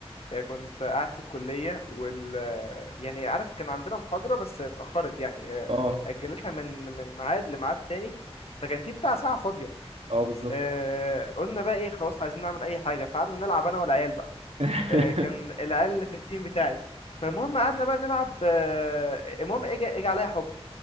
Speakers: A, on the left; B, on the right.
A: آه، كنت قاعد في الكلية وال آه، يعني عارف كان عندنا محاضرة بس اتأخرت يعني آه،
B: اه
A: أجلتها من من ميعاد لميعاد تاني فكان في بتاع ساعة فاضية
B: اه بالظبط
A: آه، قلنا بقى ايه خلاص عايزين نعمل أي حاجة فقعدنا نلعب أنا والعيال بقى
B: <laughs>
A: آه، كان العيال في التيم بتاعي فالمهم قعدنا بقى نلعب آه، المهم اجى اجى عليا حكم